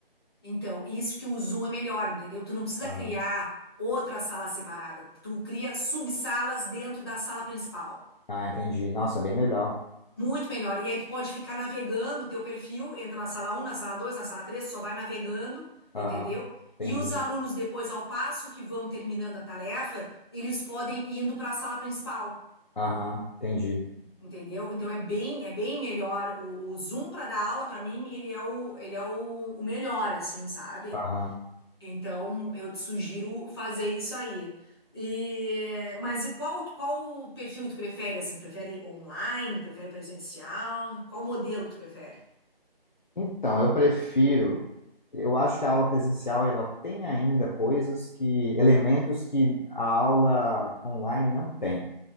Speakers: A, on the left; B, on the left.
A: Então, isso que o Zoom é melhor, entendeu? Tu não precisa
B: Aham.
A: criar outra sala separada. Tu cria subsalas dentro da sala principal.
B: Ah, entendi. Nossa, é bem melhor.
A: Muito melhor. E aí tu pode ficar navegando o teu perfil, entra na sala um, na sala 2, na sala 3, só vai navegando,
B: Aham,
A: entendeu?
B: entendi.
A: E os alunos, depois, ao passo que vão terminando a tarefa, eles podem ir indo para a sala principal,
B: Aham, entendi.
A: entendeu? Então é bem, é bem melhor. O, o Zoom para dar aula, para mim, ele é o, ele é o, o melhor, assim, sabe?
B: Aham.
A: Então, eu te sugiro fazer isso aí. E, mas e qual, qual o perfil que tu prefere? Assim, prefere online? Prefere presencial? Qual modelo que tu prefere?
B: Então, eu prefiro. Eu acho que a aula presencial ela tem ainda coisas que, elementos que a aula online não tem.